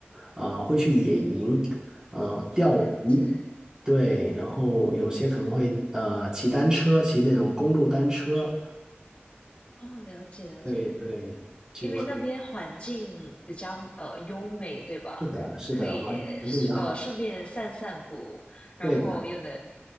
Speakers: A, on the right; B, on the left.
A: 呃，会去野营，呃，钓鱼，
B: 哦，了解，
A: 对，然后有些可能会呃骑单车，骑那种公路单车，
B: 哦，了解，了解。
A: 对对，就很
B: 因为那边环境比较呃优美，对吧？
A: 是的，是的，
B: 可以
A: 环环境比较好，
B: 呃顺便散散步，然后又能
A: 对的，